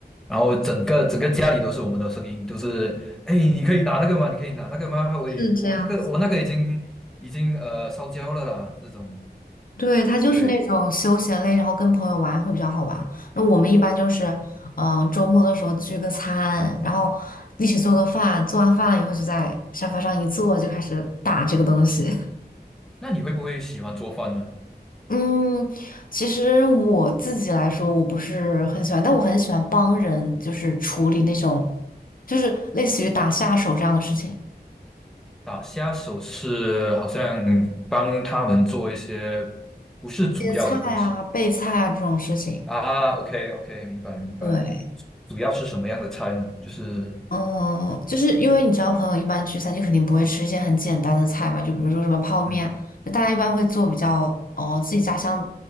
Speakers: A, in the centre; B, on the left (about 55°).
A: 然后整个整个家里都是我们的声音，都是，哎，你可以拿那个吗？你可以拿那个吗？我我那个我那个已经已经呃烧焦了啦，
B: 是这样。子。
A: 这种，
B: 对，它就是那种休闲类，
A: 对
B: 然后跟朋友玩会比较好玩。那我们一般就是，
A: 对。
B: 嗯，周末的时候聚个餐，然后一起做个饭，做完饭以后就在沙发上一坐，就开始打这个东西。
A: 那你会不会喜欢做饭呢？
B: <laughs> 嗯，其实我自己来说，我不是很喜欢，但我很喜欢帮人，就是处理那种，就是类似于打下手这样的事情，
A: 打下手是好像帮他们做一些不是主要的东西
B: 切菜啊、备菜啊这种事情。
A: 啊，OK OK，明白明白。
B: 对。
A: 主要是什么样的菜呢？就是，
B: 嗯，就是因为你知道，朋友一般聚餐就肯定不会吃一些很简单的菜嘛，就比如说什么泡面，
A: 嗯，
B: 就大家一般会做比较哦自己家乡